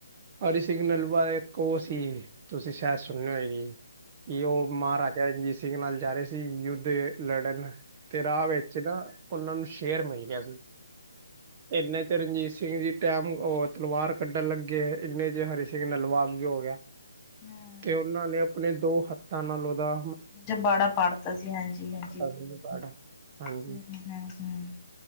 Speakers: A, on the right; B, on the left.
A: ਹਰੀ ਸਿੰਘ ਨਲੂਊ ਇੱਕ ਓ ਸੀ ਤੁਸੀਂ ਸ਼ੈਦ ਸੁਣੇ ਓਏ ਗੀ ਕੀ ਓ ਮ੍ਹਾਰਾਜਾ ਰਣਜੀਤ ਸਿੰਘ ਨਾਲ ਜਾ ਰਹੇ ਸੀ ਯੁੱਧ ਲੜਨ ਤੇ ਰਾ ਵਿੱਚ ਸੀਗਾ ਓਨਾਂ ਨੂੰ ਸ਼ੇਰ ਮੇਲ ਗਿਆ ਸੀ, ਇੰਨੇ ਚ ਰਨਜੀਤ ਸਿੰਘ ਜੀ ਟੈਮ ਓ ਤਲਵਾਰ ਕੱਢਣ ਲੱਗੇ ਇੰਨੇ ਚ ਹਰੀ ਸਿੰਘ ਨਲੂਆ ਅੱਗੇ ਹੋ ਗਯਾ।
B: ਹੂੰ।
A: ਤੇ ਓਨਾਂ ਨੇ ਅਪਨੇ ਦੋ ਹੱਥਾਂ ਨਾਲ ਓਦਾ
B: ਜਬਾੜਾ ਪਾੜ ਤਾ ਸੀ ਹਾਂਜੀ-ਹਾਂਜੀ।
A: ਸੀ ਪਾੜ ਹਾਂਜੀ
B: ਹੂੰ-ਹੂੰ-ਹੂੰ।